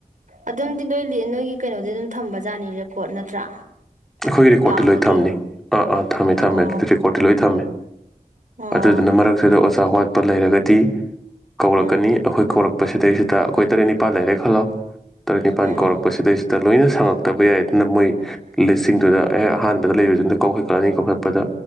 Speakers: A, on the right (about 55°); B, in the centre.
A: ꯑꯗꯨꯝꯗꯤ ꯅꯣꯏ ꯂꯤ ꯅꯣꯏꯒꯤ ꯀꯩꯅꯣꯗꯤ ꯑꯗꯨꯝ ꯊꯝꯕ ꯖꯥꯠꯅꯤ ꯔꯦꯀꯣꯠ ꯅꯠꯇ꯭ꯔꯥ
B: ꯑꯩꯈꯣꯏꯒꯤ ꯔꯦꯀꯣꯔꯠꯇꯤ
A: ꯂꯥꯛꯑꯝꯕꯒꯤ
B: ꯂꯣꯏ ꯊꯝꯅꯤ ꯑꯥ ꯑꯥ ꯊꯝꯃꯦ
A: ꯑꯣ
B: ꯊꯝꯃꯦ ꯑꯗꯨꯗꯤ ꯔꯦꯀꯣꯔꯠꯇꯤ ꯂꯣꯏ ꯊꯝꯃꯦ
A: ꯑꯣ
B: ꯑꯗꯨꯗꯨꯅ ꯃꯔꯛꯁꯤꯗ ꯑꯣꯖꯥ ꯋꯥꯠꯄ ꯂꯩꯔꯒꯗꯤ ꯀꯧꯔꯛꯀꯅꯤ
A: ꯎꯝ
B: ꯑꯩꯈꯣꯏ ꯀꯧꯔꯛꯄ ꯁꯤꯗꯩꯁꯤꯗ ꯑꯩꯈꯣꯏ ꯇꯔꯦꯠ ꯅꯤꯄꯥꯜ ꯂꯩꯔꯦ ꯈꯜꯂꯣ ꯇꯔꯦꯠ ꯅꯤꯄꯥꯜ
A: ꯎꯝ
B: ꯀꯧꯔꯛꯄꯁꯤꯗꯩꯁꯤꯗ ꯂꯣꯏꯅ ꯁꯪꯉꯛꯇꯕ ꯌꯥꯏ ꯑꯗꯨꯅ ꯃꯣꯏ ꯂꯤꯁꯁꯤꯡꯗꯨꯗ ꯑꯦ ꯑꯍꯥꯟꯕꯗ ꯂꯩꯕꯁꯤꯡꯗ ꯀꯧꯈꯠꯂꯅꯤ ꯀꯧꯈꯠꯄꯗ